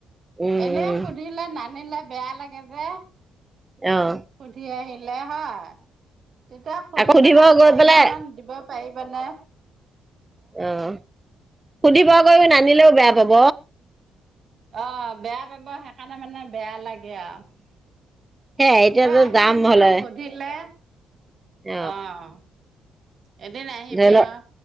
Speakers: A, on the right (about 15°); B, on the right (about 50°).
A: উম
B: এনে
A: উম
B: সুধিলে ন- সুধিলে বেয়া লাগে যে।
A: অঁ।
B: সুধি আহিলে হয়। তেতিয়া সুধি
A: আকৌ সুধিব
B: পেলাই বোলে
A: গৈ পেলাই
B: ইমান দিব- পাৰিবা নে?
A: অঁ, সুধিবা আকৌ নানিলেও বেয়া পাব।
B: অঁ বেয়া পাব। সেইকাৰণে মানে বেয়া লাগে আৰু।
A: সেয়াই এতিয়া
B: তই
A: যে
B: আহিলে
A: যাম
B: মানে
A: হলে
B: সুধিলে
A: অ
B: অঁ। এদিন আহিবি
A: ধৰি লওক
B: আৰু